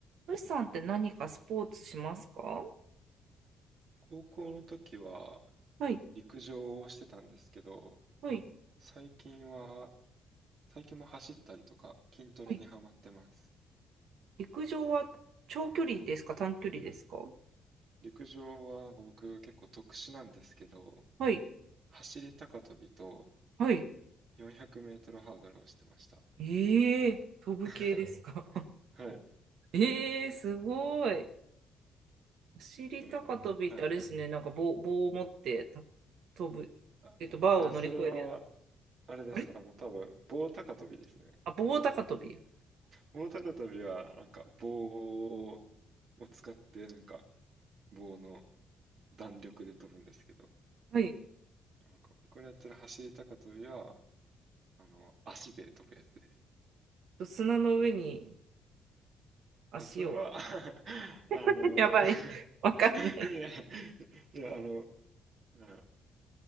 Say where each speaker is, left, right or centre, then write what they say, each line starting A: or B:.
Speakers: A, on the right (about 75°); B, on the right (about 60°).
A: ルシさんって何かスポーツしますか
B: 高校の時は
A: はい、
B: 陸上をしてたんですけど、
A: はい、
B: 最近は、最近も走ったりとか筋トレにハマってます。
A: はい。陸上は長距離ですか短距離ですか
B: 陸上は僕結構特殊なんですけど、
A: はい、
B: 走り高跳びと
A: はい。
B: 400メートルハードルをしてました。
A: ええー飛ぶ系ですか
B: <laughs> はい。
A: <laughs> ええーすごい。お尻高跳びってあれですね、
B: でもはい。
A: なんか棒、棒を持ってた飛ぶ、
B: あ、
A: えっと、バーを乗り越えるやつ。
B: あ、それは、あれです。
A: あれ
B: あの、多分、棒高跳びですね。
A: あ、棒高跳び。
B: 棒高跳びは、なんか、棒を使って、なんか、棒の弾力で飛ぶんですけど、
A: はい。
B: なんか僕らやってる走り高跳びは、あの、足で飛ぶやつです。
A: 砂の上に足を。
B: あそれは <laughs> あの、
A: <laughs> やばい。わかんない。
B: <laughs> いや、いや、あの、うん